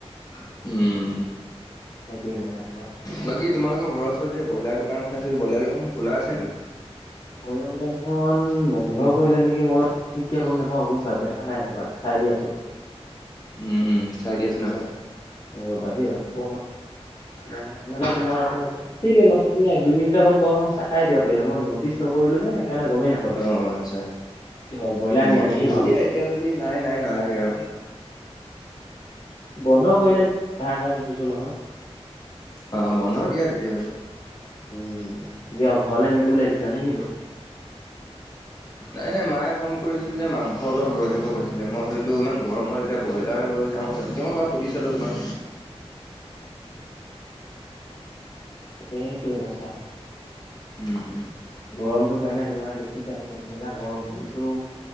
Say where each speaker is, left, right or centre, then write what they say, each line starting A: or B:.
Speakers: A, on the left; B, on the left.
A: সেইটোৱে
B: উম
A: মানে তোমাৰ।
B: বাকী তোমালোকৰ ঘৰৰ ওচৰত যে ব্ৰইলাৰ দোকান এখন আছিল। ব্ৰইলাৰ দোকানখন খোলা আছে নেকি?
A: ব্ৰইলাৰ দোকানখন বন্ধ কৰিলে নেকি মই ঠিককে গম নাপাওঁ বুজিছা দেখা নাই ৰ'বা চাই দি আছোঁ।
B: উম উম চাই দিয়াচোন এবাৰ।
A: ৰ'বা দেই অকমান, মই মানে তোমাৰ অকমান আছিলে মাত্ৰ তুমি এক দুই মিনিটৰ আগত কোৱা হয় মই চায়ে দিব পাৰিলো হয় মই নটিচ নকৰিলো যে সেইকাৰণে গমেই নাপালো।
B: অ অ আচ্ছা।
A: অ ব্ৰইলাৰ নিয়া
B: বন্ধ
A: নেকি
B: হ'ব
A: ঘৰলে
B: দিয়া এতিয়া যদি নাই নাই নালাগে আৰু।
A: বন্ধ কৰিলে, দেখিছোঁ নহয়।
B: অ অ বন্ধ দিয়া তেতিয়াহ'লে।
A: উম। কিয় ঘৰলে নিম বুলি ভাৱিছিলা নেকি?
B: নাই নাই মায়ে ফোন কৰিছিল যে মাংস অলপ লৈ আহিব কৈছিলে। মই ভাবিলোঁ ইমান গৰমত এতিয়া ব্ৰইলাৰ লৈ যাওঁ জানো তেওঁ এবাৰ সুধি চালো তোমাক।
A: সেইটোৱে কথা।
B: উম উম।
A: গৰমটো কাৰণে তোমাৰ দেখিছাই কেনেকা গৰম পৰিছে অ'।